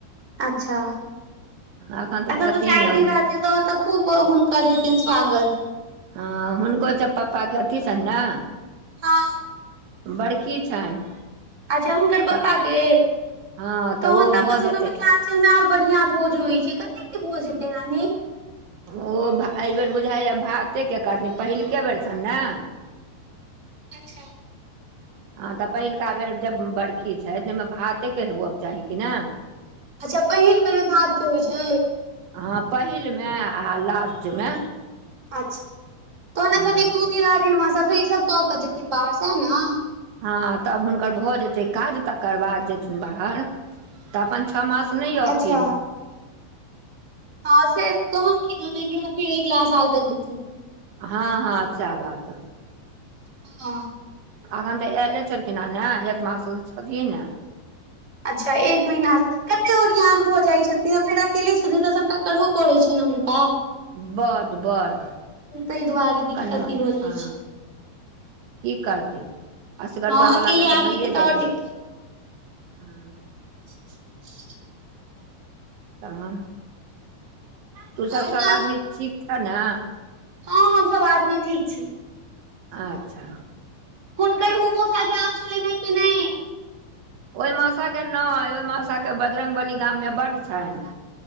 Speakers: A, on the right; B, on the right.
A: अच्छा
B: एखन तऽ
A: अखन
B: छथिन
A: तू चार दीन रह न तहन तऽ खूब हुनकर हेतैन स्वागत
B: हँ हुनको त पापा के अथी छनि ने
A: हँ
B: बड़खी छनि
A: अच्छा हुनकर पप्पा
B: तऽ
A: के
B: हँ
A: तहन
B: ओ
A: तऽ अपन
B: भऽ
A: सबके
B: जेतै
A: मिथिला चल मे आओर बढ़ियां भोज होइ छै कते के भोज हेतै नानी
B: ओ भा एहिबेर बुझाइए भातेके कहथिन पहिलके बेर छनि ने
A: अच्छा
B: हँ तऽ पहिलुका बेर जब बरखी छै तऽहिमे भातेके हेबयके चाही कि ने
A: अच्छा पहिल बेर मे भात के होइ छै
B: हँ पहिल मे आ लास्ट मे
A: अच्छा तहन
B: हँ
A: एखन एक दू दिन रहथिन मौसा फेर ई सब कऽ केऽ जेथिन बाहर सँ ने
B: हँ तब हुनकर भऽ जेतै काज तकर बाद जेथिन बाहर तऽ अपन छओ मास नहि अथिन
A: अच्छा हँ फेर तहन की तहन अगिला फेरे अगिल साल तक एथिन
B: हँ हँ सैह बात
A: हँ
B: एखन तऽ एयले छलखिन हँ ने एक मास स छथिने
A: अच्छा एक महिना कते ओरियान भऽ जाइत छथिन आ फेर अकेले छथिन तऽ सभटा करो पड़ैत छै ने हुनका
B: बड बड
A: ताहि दुआरे दिक्कत
B: कनी मनि
A: ई भऽ जाइ
B: हँ
A: छै
B: की करतै असगरुआ
A: हँ अकेले
B: बला के तऽ
A: आदमी
B: भइए
A: आओर
B: जाइ छै
A: दिक्कत
B: हुँ
A: <unintelligible>
B: तहन तु सब
A: आओर नानी
B: सब आदमी ठीक छऽ न
A: हँ हमसभ आदमी ठीक छी
B: अच्छा
A: हुनकर उ मौसा गाम सँ एलै कि नहि
B: ओहि मासाके नहि ओहि मासाे बजरंग बली गाममे बड्ड छनि